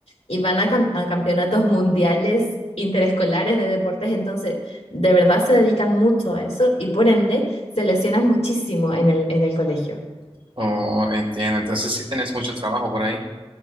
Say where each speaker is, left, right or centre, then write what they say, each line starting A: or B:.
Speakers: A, on the left; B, on the right.
A: y van a, cam- a campeonatos mundiales interescolares de deportes, entonces de verdad se dedican mucho a eso y por ende se lesionan muchísimo en el, en el colegio.
B: Oh, oh, entiendo. Entonces sí tienes mucho trabajo por ahí.